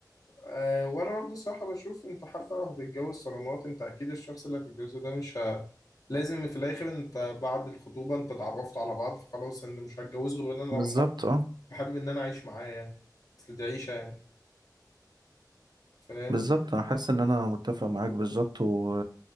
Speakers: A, on the left; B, on the right.
A: آه وانا برضه صراحة بشوف انت حتى لو هتتجوز صالونات انت اكيد الشخص اللي هتتجوزه ده مش ه... لازم في الاخر انت بعد الخطوبة انت اتعرفت على بعض فخلاص انت مش هتجوز غير انا لو
B: بالظبط
A: حابب
B: اه
A: حابب ان انا اعيش معاه يعني اصل دي عيشة يعني فاهم
B: بالظبط انا حاسس ان انا متفق معاك بالظبط و...